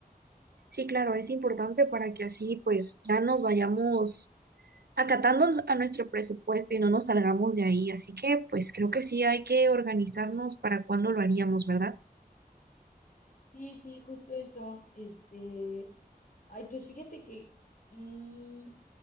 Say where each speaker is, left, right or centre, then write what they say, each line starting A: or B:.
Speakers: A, on the right; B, on the left.
A: Sí, claro, es importante para que así pues ya nos vayamos acatando a nuestro presupuesto y no nos salgamos de ahí. Así que pues creo que sí hay que organizarnos para cuándo lo haríamos, ¿verdad?
B: Sí, sí, justo eso. Este, ay, pues fíjate que, mm,